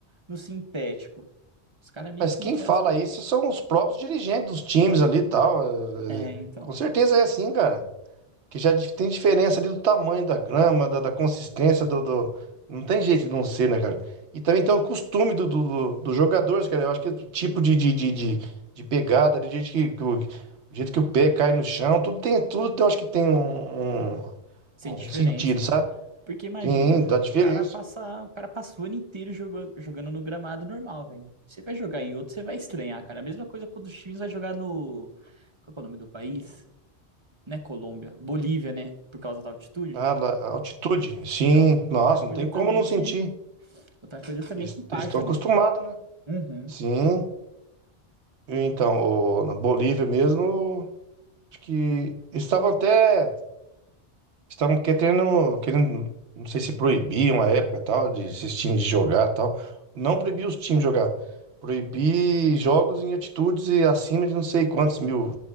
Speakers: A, on the right; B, on the right.
A: no sintético. Os caras meio
B: Mas
A: que
B: quem
A: entre
B: fala
A: as...
B: isso são os próprios dirigentes dos times ali e tal. é,
A: É,
B: é.
A: então,
B: com certeza é assim, cara. Que já dif- tem diferença ali do tamanho da grama, da, da consistência do, do- Não tem jeito de não ser, né, cara? E também tem o costume do, do, do- dos jogadores, cara. Eu acho que o tipo de, de, de, de, de pegada, ali, do jeito que, que o, o jeito que o pé cai no chão, tudo tem, tudo tem- eu acho que tem um, um,
A: sem
B: um
A: diferença.
B: sentido, sabe?
A: Porque imagina,
B: Sim, dá diferença.
A: o cara passa, o cara passa o ano inteiro jogando, jogando no gramado normal, velho. Você vai jogar em outro, você vai estranhar, cara. A mesma coisa quando os times vai jogar no, qual que é o nome do país? Não é Colômbia, Bolívia, né? Por causa da altitude.
B: Ah, lá, a altitude, sim.
A: Então,
B: Nossa,
A: outra coisa
B: não tem
A: também
B: como não sentir.
A: que Outra coisa é também
B: Eles
A: que impacta,
B: eles estão acostumados,
A: né?
B: né?
A: Uhum.
B: Sim. Então, o- na Bolívia mesmo, acho que eles estavam até. Estavam querendo, querendo, não sei se proibiam a época tal, de esses times de jogar tal. Não proibir os times de jogar. Proibir jogos em altitudes e acima de não sei quantos mil,